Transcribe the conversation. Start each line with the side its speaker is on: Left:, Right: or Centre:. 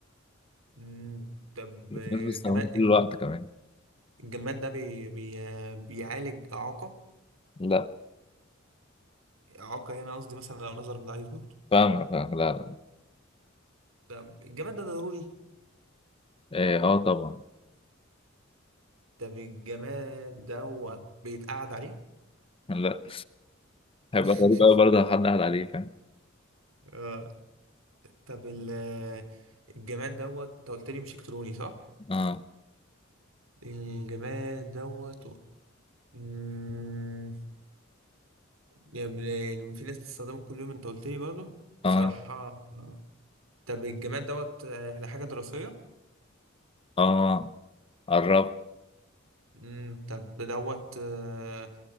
Right: مم. طب الجماد
Left: الناس بتستخدمه طول الوقت كمان
Right: الجماد ده بي... بي... بيعالج إعاقة
Left: لا
Right: إعاقة هنا قصدي مثلا لو نظرك ضعيف برضه
Left: فاهمك فاهم لا لا
Right: طب الجماد ده ضروري
Left: ايه اه طبعا
Right: طب الجماد ده هو بيتقعد عليه
Left: لا هيبقى
Right: <laughs>
Left: غريب قوي برضه لو حد قال عليه فاهم
Right: آه. طب ال- الجماد دوت انت قلت لي مش الكتروني صح؟
Left: اه
Right: الجماد دوت و- مم، يعني في ناس بتستخدمه كل يوم انت قلت لي برضه
Left: اه
Right: بصراحة آه. طب الجماد دوت آه، لحاجة دراسية
Left: اه قربت
Right: امم طب دوت آه،